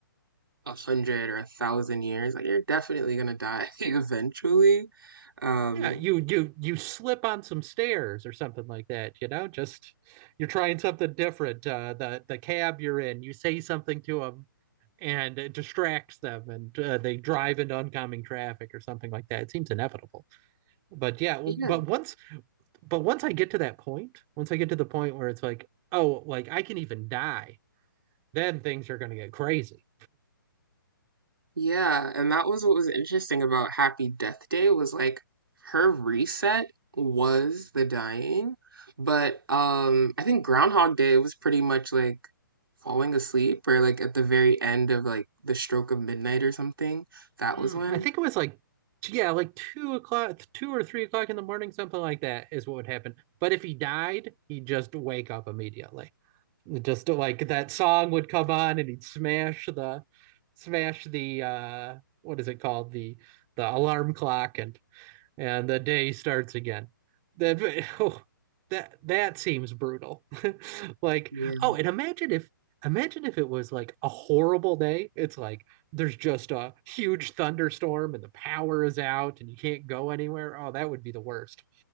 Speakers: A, on the right; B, on the right.
A: a hundred or a thousand years, like you're definitely gonna die <laughs> eventually. Um,
B: Yeah, you you you slip on some stairs or something like that, you know, just you're trying something different. Uh, the the cab you're in, you say something to them and it distracts them and uh, they drive into oncoming traffic or something like that. It seems inevitable. But yeah, but
A: yeah,
B: once but once I get to that point, once I get to the point where it's like, oh, like I can even die, then things are going to get crazy.
A: Yeah, and that was what was interesting about Happy Death Day was like her reset was the dying, but um I think Groundhog Day was pretty much like falling asleep or like at the very end of like the stroke of midnight or something. That
B: Mm,
A: was when.
B: I think it was like, yeah, like two o'clock, two or three o'clock in the morning, something like that is what would happen. But if he died, he'd just wake up immediately. Just like that song would come on and he'd smash the, smash the, uh, what is it called? The, the alarm clock and and the day starts again. That <laughs> oh, that that seems brutal. <laughs> like
A: Yeah.
B: oh, and imagine if imagine if it was like a horrible day. It's like there's just a huge thunderstorm and the power is out and you can't go anywhere. Oh, that would be the worst.